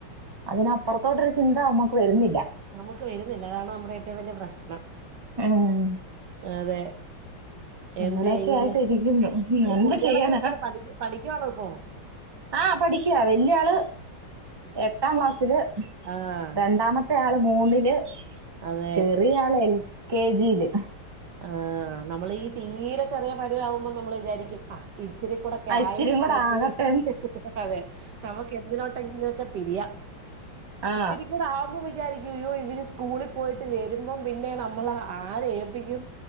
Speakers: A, on the right; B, on the right.
A: അതിനപ്പുറത്തോട്ടൊരു ചിന്ത നമ്മുക്ക് വരുന്നില്ല
B: നമുക്ക് വരുന്നില്ല അതാണ് നമ്മുടെ ഏറ്റവും വലിയ പ്രശ്നം
A: ഉം
B: അതെ
A: അങ്ങനെയൊക്കെ
B: എന്ത് ചെയ്യുന്നു
A: ആയിട്ട് ഇരിക്കുന്നു എന്നാ
B: കുട്ടികളൊക്കെ
A: ചെയ്യാനാ
B: എന്ത പഠിക്ക പഠിക്കുവാണോ ഇപ്പൊ
A: ആഹ് പഠിക്കുക വല്യ ആള് എട്ടാം ക്ലാസ്സില്
B: ആഹ്.
A: രണ്ടാമത്തെ മത്തെ ആള് മൂന്നില്
B: അതെ.
A: ചെറിയ ആള് എൽ കെ ജിയില്
B: ആഹ് നമ്മൾ ഈ തീരെ ചെറിയ പരുവ ആകുമ്പോൾ നമ്മൾ വിചാരിക്കും ആഹ് ഇച്ചിരി കൂടൊക്കെ
A: ആ ഇച്ചിരിയും
B: ആയിട്ട്
A: കൂടെ
B: നമുക്ക്
A: ആകട്ടെ എന്ന്.
B: അതെ നമുക്ക് എന്തിനോട്ടെങ്കിലൊക്കെ തിരിയാ
A: ആ
B: ഇച്ചരിക്കൂ ആവുമ്പോ വിചാരിക്കും ഇവര് സ്കൂളിൽ പോയിട്ട് വരുമ്പോം പിന്നെ നമ്മൾ ആരെ ഏൽപ്പിക്കും